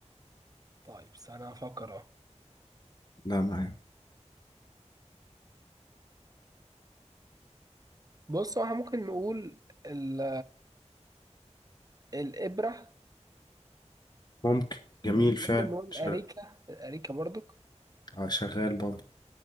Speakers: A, on the right (about 30°); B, on the left (about 35°).
A: طيب استنى افكر اهو
B: لا معاك
A: بص هو احنا ممكن نقول ال... الابره
B: ممكن جميل فعلا
A: ممكن نقول الاريكه
B: ش-
A: الاريكه برضك
B: آه، شغال برضه